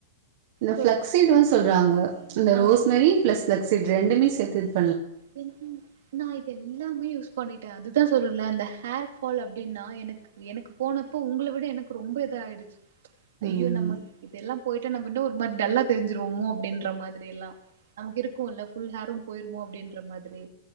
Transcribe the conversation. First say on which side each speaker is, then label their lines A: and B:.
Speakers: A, on the right; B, on the right.
A: அந்த
B: சொல்லுங்க.
A: ஃப்ளக்ஸ் சீடுவ சொல்றாங்க அந்த ரோஸ்மேரி
B: ஆமா.
A: பிளஸ் ஃபளக்ஸிட் ரெண்டுமே சேத்தித்
B: <unintelligible> நா இது எல்லாமே யூஸ் பண்ணி அதுதா சொல்றல்ல அந்த ஹேர் ஃபால் அப்டினா எனக் எனக் போனப்ப உங்கள விட எனக் ரொம்ப இது ஆயிடிச்சு
A: ம்
B: ஐயோ நமக் இதெலா போயிட்டு நம்ப இன்னு ஒர் மாரி டல்லா தெரிஞ்சிருவோமே அப்டின்ற மாதிரி எல்லா நமக்கு இருக்குல்ல ஃபுல் ஹேரு போயிருமோ அப்டின் ன்றமாதிரி